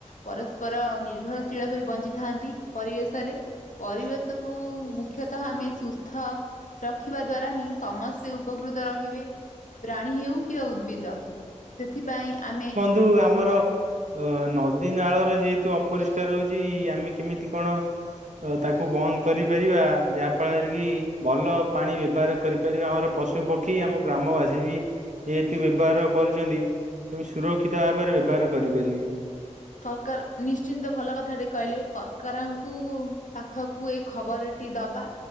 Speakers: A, on the left; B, on the right.
A: ପରସ୍ପର ନିର୍ଭରଶୀଳ ହୋଇ ବଞ୍ଚିଥାନ୍ତି ପରିବେଶରେ। ପରିବେଶକୁୁ ମୁଖ୍ୟତଃ ଆମେ ସୁସ୍ ହ ରଖିବା ଦ୍ଵାରା ହିଁ ସମସ୍ତେ ଉପକୃତ ରହିବେ ପ୍ରାଣୀ ହେଉ କି କି ଆଉ ଉଦ୍ଭିଦ ସେଥିପାଇଁ ଆମେ
B: ଯୋଉ ଆମର ଅ ନଦୀନାଳରେ ଯେହେତୁ ଅପରିଷ୍କାର ରହୁଚି ଆମେ କେମିତି କଣ ତାକୁ ବନ୍ଦ କରିପାରିବା ଯାହାଫଳରେ କି ଭଲ ପାଣି ବ୍ୟବହାର କରିପାରିବେ ଆମର ପଶୁପକ୍ଷୀ ଆମ ଗ୍ରାମବାସୀ ବି। ଏଇଥି ବ୍ୟବହାର କରୁଚନ୍ତି କିମିତି ସୁରକ୍ଷିତ ଭାବେରେ ବ୍ୟବହାର କରିପାରିବି।
A: ସରକାର ନିଶ୍ଚିନ୍ତ ଭଲ କଥାଟେ କହିଲେ ସରକାରଙ୍କୁ ପାଖକୁ ଏ ଖବରଟି ଦବା